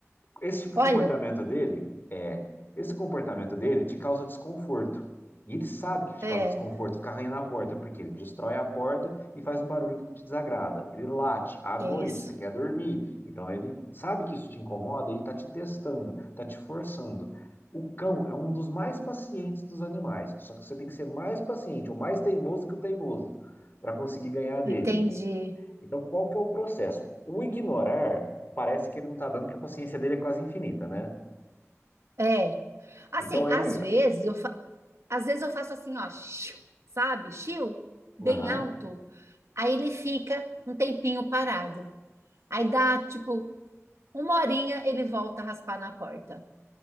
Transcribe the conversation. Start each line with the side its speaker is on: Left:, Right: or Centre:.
Left: esse tipo de
Right: Olha,
Left: comportamento dele é. Esse comportamento dele te causa desconforto. E ele sabe que te
Right: é,
Left: causa desconforto ficar arranhando a porta, porque ele destrói a porta e faz um barulho que te desagrada. Ele late à noite,
Right: é isso.
Left: você quer dormir. Então ele sabe que isso te incomoda e está te testando, está te forçando. O cão é um dos mais pacientes dos animais, só que você tem que ser mais paciente ou mais teimoso que o teimoso para conseguir ganhar dele.
Right: Entendi.
Left: Então, qual que é o processo? O ignorar parece que ele não está dando, porque a paciência dele é quase infinita, né?
Right: É, assim,
Left: Então aí.
Right: às vezes eu, fa- Às vezes eu faço assim, ó, shiu, sabe? Chiu, bem
Left: Aham.
Right: alto. Aí ele fica um tempinho parado. Aí dá, tipo, uma horinha, ele volta a raspar na porta.